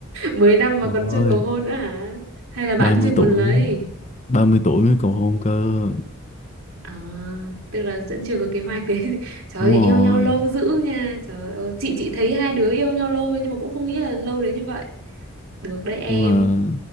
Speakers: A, on the right (about 75°); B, on the left (about 30°).
A: mười năm mà
B: ôi
A: còn chưa cầu hôn nữa hả? Hay là bạn
B: 30
A: chưa muốn
B: tuổi
A: lấy?
B: 30 tuổi mới cầu hôn cơ
A: À, tức là vẫn chưa có kế hoạch đấy. <laughs> Trời
B: đúng
A: ơi,
B: rồi
A: yêu nhau lâu dữ nha. Trời ơi, chị chị thấy hai đứa yêu nhau lâu nhưng mà cũng không nghĩ là lâu đến như vậy. Được đấy em.
B: nhưng mà